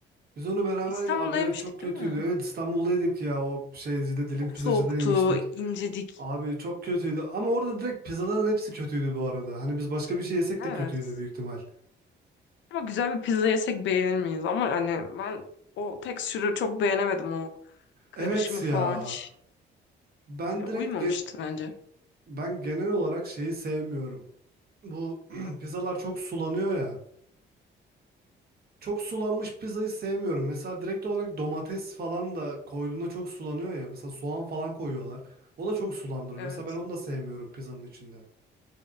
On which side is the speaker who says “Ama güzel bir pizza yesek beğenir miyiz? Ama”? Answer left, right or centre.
Left